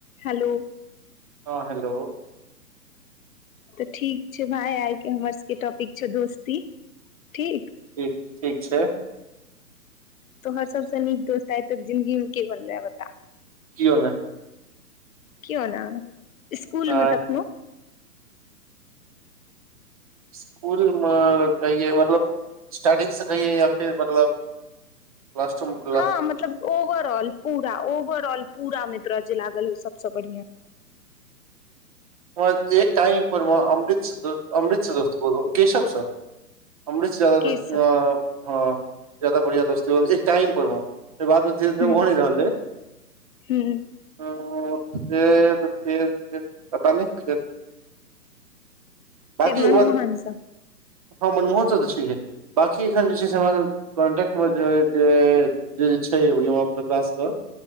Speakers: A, on the left; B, on the right.
A: Hello.
B: हँ hello.
A: तऽ ठीक छै, भाय आइ के हमर सबके टॉपिक छौ दोस्ती ठीक।
B: ठीक - ठीक छै।
A: तोहर सब सँ नीक दोस्त आयै तकऽ जिन्दगी में के बनलै या बता।
B: कीओ नई।
A: कओ न इस्कूल
B: नहि
A: मे तखनो।
B: इस्कूल मे अगर कहिए मतलब स्टार्टिंग से कहिए या फिर मतलब। लास्टो मे
A: हँ मतलब ओवर ऑल पूरा ओवर ऑल पूरा मे त्र जे लागल हो सबस बढ़िया।
B: ओतेएक टाइम पर अमृतसध। अमृतसर दोस्त बोल रह केशव स अमृतसर
A: के
B: जा।
A: सब
B: हँ जदा बढ़िया दोस्तइ होइ छै, टाइम पर ओ तैके बादमे धीरे- धीरे
A: हूँ
B: ओहो नै रहलै।
A: हूँ।
B: <unintelligible> से सै पता नहि खेल <inaudible> बाकीओ।
A: फेर मनमोहन सब
B: हँ मनमोहन स नै छय है बकी एखन जे छै से हमरा कॉन्ट्टमे जे। जे छै अभी हमर कास क